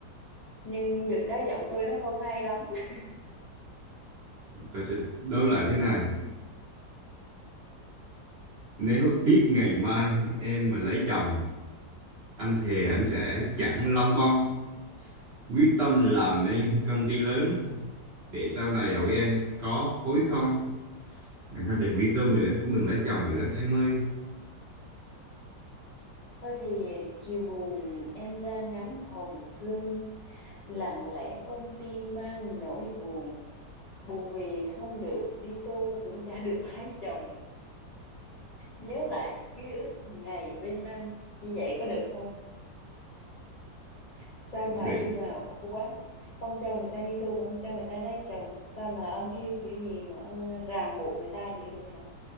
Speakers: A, on the left; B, on the right.
A: nhưng được cái giọng tôi nó không hay lắm <laughs>
B: tôi sẽ đối lại thế này nếu biết ngày mai em mà lấy chồng anh thề anh sẽ chẳng lông bông quyết tâm làm nên công ty lớn để sau này hỏi em có hối không Thôi đừng đi tu nữa cũng đừng lấy chồng nữa em ơi
A: thôi thì chiều buồn em ra ngắm hồng sương lặng lẽ con tim mang nỗi buồn buồn vì không được đi tu cũng chả được <laughs> lấy chồng nhớ lại ký ức ngày bên anh như vậy có được không sao mà
B: để
A: yêu vào khổ quá không cho người ta đi tu cũng không cho người ta lấy chồng sao mà ông yêu kiểu gì mà ông ờ, ràng buộc người ta dữ vậy hả